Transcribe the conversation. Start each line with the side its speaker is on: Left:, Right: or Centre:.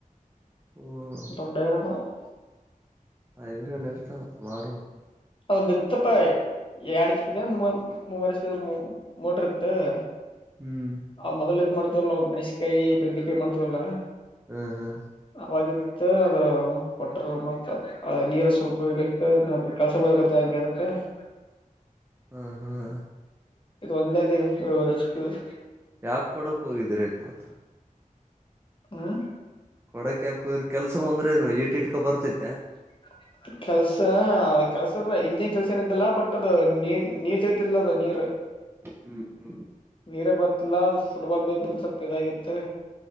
Right: ಹ್ಮ್
Left: ದೊಡ್ಡಗರಣ <unintelligible>
Right: ಹ ಇವರನ್ ಇರ್ತ ಮಾಡ್ಬೇಕ
Left: ಒಂದು ಇತ್ತುಪ್ಪ ಎರಡುಚ್ಪವ ಮೂವರುಚ್ಪ ಮೋಟರ್ ಇತ್ತು <unintelligible>
Right: ಹ್ಮ್
Left: ಆ ಮೊದಲ್ ಇದ್ ಮಾಡ್ತವಲ್ಲವು ಮೆಣಸಕಾಯಿ ಬೆಂಡೆಕಾಯಿ ಮಾಡ್ತವಲ್ಲ
Right: ಹ್ಮ್ ಹ್ಮ್
Left: ಅವಾಗಿತ್ತು ಅದು ಕೊಟ್ರ ಮತ್ತ ಅದ ನೀರ ಸ್ವಲ್ಪ ಇಗತ್ತೆ ತ್ತ ಹಂಗಗೆರುತ್ತೆ <inaudible>
Right: ಹ್ಮ್ ಹ್ಮ್
Left: ಇದು ಒಂದೇದ ಏುವರೆಷಕ್ಕ <inaudible>
Right: ಯಾಕ್ ಕೊಡಕ್ ಹೋಗಿದ್ರ ಆಯ್ತುಂತ
Left: ಹಾ
Right: ಕೊಡಕ ಯಾಕೋ ಇರ್ ಕೆಲ್ಸವಂದ್ರೆನು ಈಟ್ ಇಟ್ಕೊ ಬರ್ತೈತಿ <unintelligible>
Left: <inaudible> ಕೆಲ್ಸ ಕೆಲ್ಸದ ಇಂಜಿನ್ ಕೆಲ್ಸ ಏನ ಇದಿಲ್ಲಾ ಬಟ್ ಅದು ನೀ ನೀರ್ ತಗತಿಲ್ಲ ಅದ ನೀರ್
Right: ಹ್ಮ್ ಹ್ಮ್
Left: ನೀರೇ ಬರ್ತಿಲ್ಲ ಫುಟ್ಬಾಲ್ ಬೈ ಬ ಸಪ್ಪ ಇದಾಗಿತ್ತೆ